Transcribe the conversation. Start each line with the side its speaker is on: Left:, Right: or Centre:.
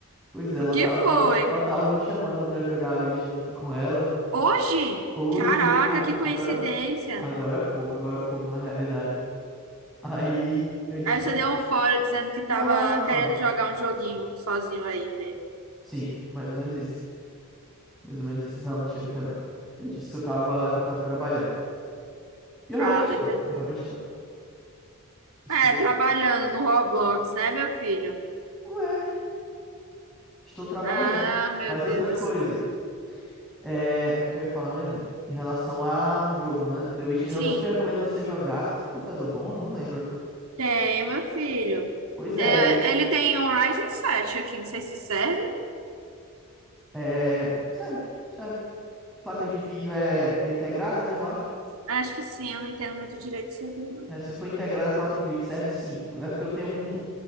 Centre: Pois é, ela
Right: O que
Centre: tava,
Right: foi?
Centre: ela tava me chamando pra jogar hoje junto com ela.
Right: Hoje?
Centre: Hoje,
Right: Caraca,
Centre: hoje, agora,
Right: que coincidência.
Centre: agora agora há pouco, agora há pouco, na realidade. Aí eu disse,
Right: Aí
Centre: não.
Right: você deu um fora dizendo que
Centre: Não.
Right: tava querendo jogar um joguinho sozinho aí mesmo.
Centre: Sim, mais ou menos isso. Mais ou menos isso. Não, mentira, não foi não. Eu disse que eu tava, que eu tava trabalhando. E eu realmente
Right: Ah, tô
Centre: tô.
Right: entendendo.
Centre: Eu realmente tô. Os
Right: É,
Centre: textos.
Right: trabalhando
Centre: tá?
Right: no Roblox, né, meu filho?
Centre: Ué, estou trabalhando.
Right: Ah, meu
Centre: Mas outra
Right: Deus do
Centre: coisa,
Right: céu.
Centre: é, o que que eu ia falar mesmo? Em relação ao jogo, né? The Witcher,
Right: Sim.
Centre: eu super recomendo você jogar. Você tem um computador bom? Eu não lembro.
Right: Tem, meu filho.
Centre: Pois é,
Right: É, ele tem um Ryzen 7 aqui, não sei se serve.
Centre: é, serve, serve. Placa de vídeo é, é integrada, né? Eu acho.
Right: Acho que sim, eu não entendo muito direito isso aqui, não.
Centre: É, se for integrada a placa de vídeo, serve sim. É porque eu tenho um,